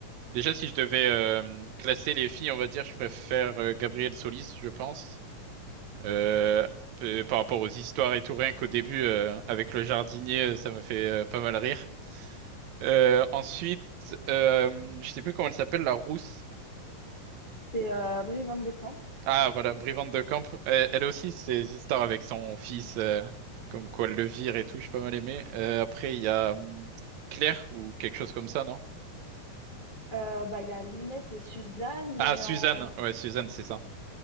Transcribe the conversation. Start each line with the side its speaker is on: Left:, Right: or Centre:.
Right: Déjà, si je devais euh, classer les filles, on va dire, je préfère euh, Gabrielle Solis, je pense. Euh, p- par rapport aux histoires et tout, rien qu'au début, euh, avec le jardinier, euh, ça me fait euh, pas mal rire. Euh, ensuite, euh, je sais plus comment elle s'appelle, la rousse.
Left: C'est, heu, Brie Van de Camp.
Right: Ah, voilà, Brivante de Camp. Elle, elle aussi, ses histoires avec son fils, euh, comme quoi elle le vire et tout, j'ai pas mal aimé. Euh, après, il y a hum, Claire ou quelque chose comme ça, non?
Left: Heu, bah, il y a Lynette et Suzanne
Right: Ah,
Left: et
Right: Suzanne,
Left: en
Right: ouais, Suzanne, c'est ça.